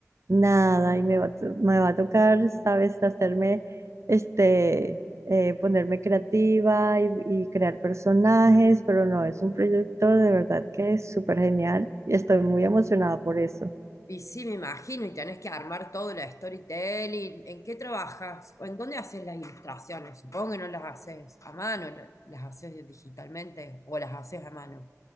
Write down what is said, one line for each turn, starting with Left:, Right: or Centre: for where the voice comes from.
Right: Nada, y me va, a to- me va a tocar, ¿sabes? Hacerme, este, eh, ponerme creativa y, y crear personajes, pero no, es un proyecto de verdad que es súper genial y estoy muy emocionada por eso.
Left: Y sí, me imagino, y tenés que armar todo el storytelling. ¿En qué trabajas? ¿O ¿En dónde haces las ilustraciones? Supongo que no las haces a mano, la- las haces digitalmente o las haces a mano.